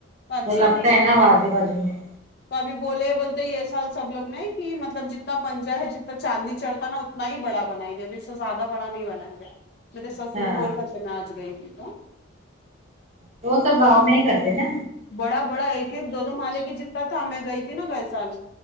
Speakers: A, on the left (about 55°); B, on the right (about 35°).
A: تو اچھا
B: لگتا
A: نہیں ہے نا
B: وہ آجو باجو میں
A: تو ابھی بولے بولتے یہ سال سب لگ نے کہ مطلب جتنا پنجہ ہے جتنا چاندنی چڑھتا نا نہیں بڑا بنایا گیا م اس سے زیادہ بڑا نہیں بنایا گیا میرے
B: اچھا
A: سس
B: ہاں
A: بول کر کے میں آج گئی تھی تو
B: تو وہ سب گاؤں میں ہی کرتے نا
A: بڑا بڑا ایک ایک دو دو مالے کی جتتا تھا میں گئی تھی نا گئے سال